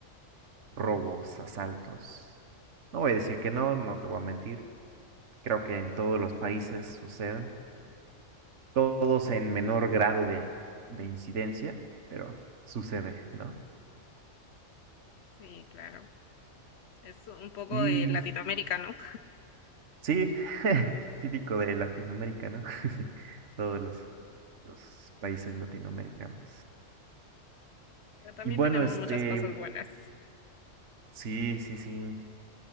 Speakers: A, on the right; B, on the left.
A: robos, asaltos. No voy a decir que no, no te voy a mentir. Creo que en todos los países suceden, todos en menor grado de, de incidencia, pero sucede, ¿no?
B: Sí, claro. Es un poco
A: Y
B: de Latinoamérica, ¿no?
A: sí, <laughs> típico de Latinoamérica, ¿no? <laughs> Todos los, los países latinoamericanos.
B: Pero también
A: Y bueno,
B: tenemos
A: este,
B: muchas cosas buenas.
A: sí, sí, sí,